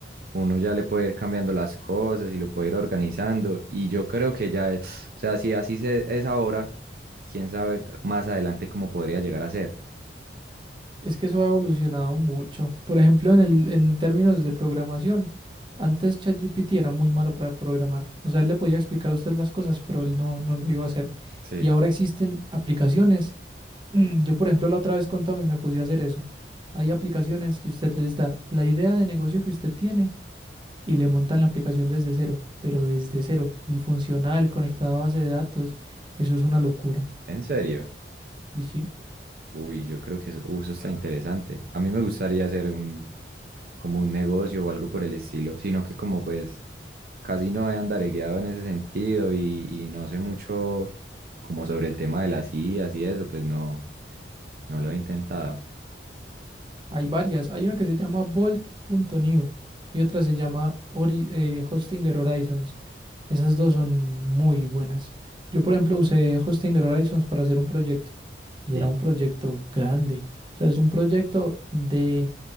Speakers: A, on the right; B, on the right.
A: uno ya le puede ir cambiando las cosas y lo puede ir organizando. Y yo creo que ya, es- o sea, si así se, es ahora, quién sabe más adelante cómo podría llegar a ser.
B: Es que eso ha evolucionado mucho. Por ejemplo, en el, en términos de programación, antes ChatGPT era muy malo para programar. O sea, él le podía explicar a usted las cosas, pero él no, no lo iba a hacer.
A: Sí.
B: Y ahora existen aplicaciones. <clears throat> Yo, por ejemplo, la otra vez con Tommy me puse a hacer eso. Hay aplicaciones que usted les da la idea de negocio que usted tiene y le montan la aplicación desde cero, pero desde cero y funcional, conectada a base de datos. Eso es una locura.
A: ¿En serio?
B: Sí, sí.
A: Uy, yo creo que eso uso está interesante. A mí me gustaría hacer un, como un negocio o algo por el estilo, sino que como pues casi no he andaregueado en ese sentido y, y no sé mucho como sobre el tema de las IAs y eso, pues no, no lo he intentado.
B: Hay varias. Hay una que se llama Bolt punto new y otra se llama Ori- eh, Hostinger Horizons. Esas dos son muy buenas. Yo, por ejemplo, usé Hostinger Horizons para hacer un proyecto y
A: Sí.
B: era un proyecto grande. O sea, es un proyecto de